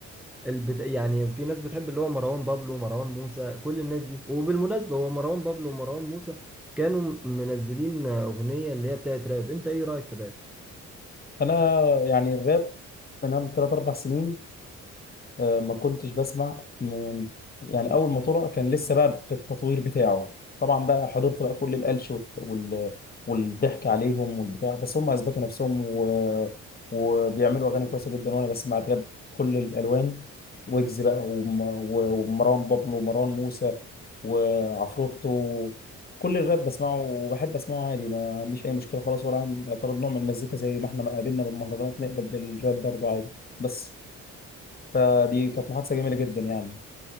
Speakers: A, in the centre; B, on the left.
A: البت... يعني في ناس بتحب اللي هو مروان بابلو ومروان موسى كل الناس دي وبالمناسبة هو مروان بابلو ومروان موسى كانوا منزلين أغنية اللي هي بتاعت راب انت ايه رأيك في الراب
B: انا يعني الراب من ثلاث اربع سنين آه، ما كنتش بسمع من يعني اول ما طلع كان لسه بقى في التطوير بتاعه طبعا بقى حضرت بقى كل القلش والت- وال... والضحك عليهم والبتاع بس هم اثبتوا نفسهم و... وبيعملوا اغاني كويسه جدا وانا بسمع الراب كل الالوان ويجز بقى وم... و- ومروان بابلو ومروان موسى وعفروتو كل الراب بسمعه وبحب اسمعه عادي ما عنديش اي مشكله خالص ولا عندي اعتراض نوع من المزيكا زي ما احنا ما قابلنا بالمهرجانات نقبل بالراب برضه عادي بس فدي كانت محادثة جميلة جدا يعني